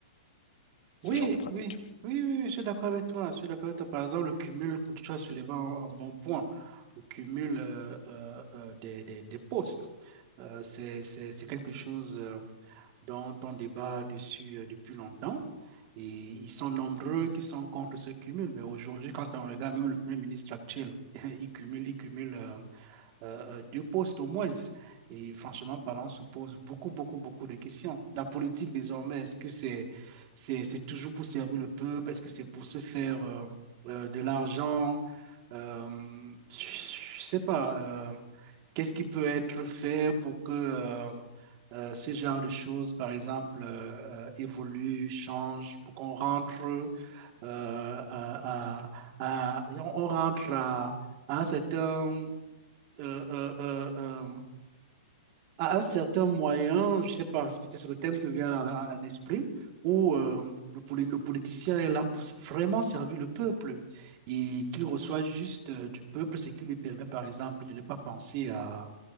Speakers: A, on the left; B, on the right.
A: ce
B: Oui,
A: genre de pratique.
B: oui, oui, oui, oui, je suis d'accord avec toi. Je suis d'accord avec toi. Par exemple, le cumul, quand tu as soulevé un, un bon point, le cumul euh, euh, euh, des, des, des postes, euh, c'est, c'est, c'est quelque chose euh, dont on débat dessus euh, depuis longtemps. Et ils sont nombreux qui sont contre ce cumul. Mais aujourd'hui, quand on regarde même le Premier ministre actuel, <laughs> il cumule, il cumule. euh, euh, euh, deux postes au moins. Et franchement parlant, on se pose beaucoup, beaucoup, beaucoup de questions. La politique désormais, est-ce que c'est c'est, c'est toujours pour servir le peuple? Est-ce que c'est pour se faire euh, euh, de l'argent? Euh, je ne sais pas. euh, qu'est-ce qui peut être fait pour que euh, euh, ce genre de choses, par exemple, euh, euh, évolue, change, pour qu'on rentre euh, à, à- à- on rentre à, à un certain euh, euh, euh, euh, à un certain moyen, je ne sais pas, c'est peut-être sur le thème qui me vient à, la- à l'esprit, où euh, le, poli- le politicien est là pour vraiment servir le peuple et qu'il reçoit juste euh, du peuple, ce qui lui permet, par exemple, de ne pas penser à,